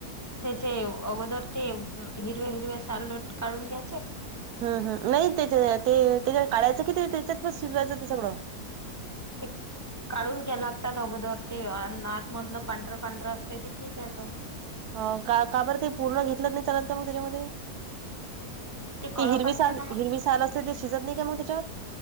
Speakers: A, on the left (about 15°); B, on the right (about 75°).
A: त्याचे अगोदर ते हिरव्या हिरव्या सालदेट काढून घ्यायचे.
B: हम्म हम्म, नाही त्याच्या ते त्याच्या काढायचं कि ते त्याच्यात शिजवायचं ते सगळं?
A: <unintelligible> काढून घ्या लागतात अगोदर ते. आणि आत मधलं पांढरं पांढरं असते ते खिसायचं.
B: हो का? काबर ते पूर्ण घेतलं त नाही चालात का मग त्याच्यामध्ये?
A: ते कडक
B: ती हिरवी
A: असते
B: साल
A: ना मग
B: हिरवी साल असते. ते शिजत नाही का म त्याच्यात?